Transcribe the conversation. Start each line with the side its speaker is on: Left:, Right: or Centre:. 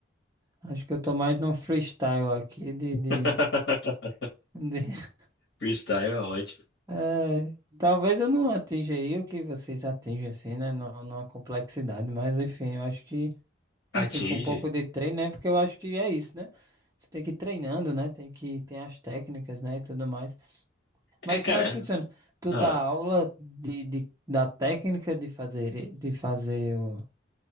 Right: Acho que eu tô mais no freestyle aqui de,
Left: <laughs>
Right: de- De-
Left: Freestyle é ótimo.
Right: É, talvez eu não atinja aí o que vocês atingem, assim, né? Não, numa complexidade, mas enfim, eu acho que,
Left: Atinge.
Right: enfim, com um pouco de treino, né? Porque eu acho que é isso, né? Você tem que ir treinando, né? Tem que tem as técnicas, né? E tudo mais. Mas
Left: É, cara.
Right: como é que funciona? Tu
Left: Ah,
Right: dá aula de, de, da técnica de fazer, e- de fazer o.